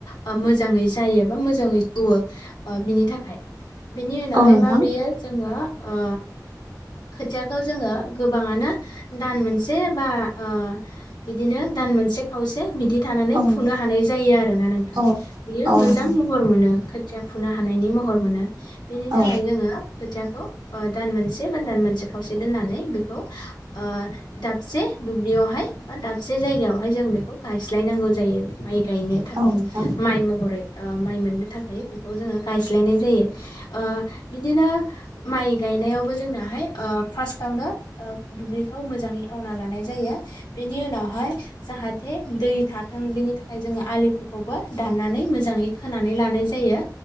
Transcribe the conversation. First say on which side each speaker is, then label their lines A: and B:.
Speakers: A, on the left; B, on the right.
A: ओ मोजाङै जायो बा मोजाङै जौवो ओ बिनि थाखाय। बेनि उनावहाय
B: नोंथां
A: मा बेयो जोङो ओ खोथियाखौ जोङो गोबाङानो दान मोनसे बा ओ बिदिनो दान मोनसे खावसे बिदि थानानै
B: औ नोंथां
A: फुनो हानाय जायो आरोना नोंथां
B: औ
A: बियो मोजां
B: नोंथां
A: महर मोनो खोथि फुनो हानायनि महर मोनो बेनि
B: औ
A: थाखाय जोङो खोथियाखौ ओ दान मोनसे से बा दान मोनसे खावसे दोननानै बेखौ ओ दाबसे दुब्लियावहाय बा दाबसे जायगायावहाय जों बेखौ गायस्लायनांगौ जायो माइ गायनो थाखाय
B: औ नोंथां औ नोंथां
A: माइ महरै ओ माइ मोननो थाखाय बेखौ जोङो गायस्लायनाय जायो। ओ बिदिनो माइ गायनायावबो जोंना हाय ओ फार्स्टआवनो ओ दुब्लिखौ मोजाङै एवना लानाय जायो। बेनि उनाव हाय जाहाथे दै थाथों बेनि थाखाय जोङो आलिफोरखौबो दाननानै मोजाङै खोनानै लानाय जायो।